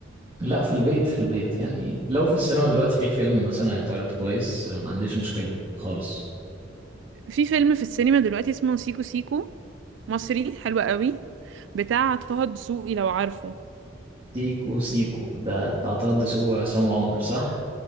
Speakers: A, on the right; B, on the right.
A: لا في البيت في البيت يعني لو في السينما دلوقتي في فيلم مثلا هيتعرض كويس ما عنديش مشكلة خالص
B: في فيلم في السينما دلوقتي اسمه سيكو سيكو مصري حلو قوي بتاع طه دسوقي لو عارفه
A: سيكو سيكو ده بتاع طه دسوقي وعصام عمر صح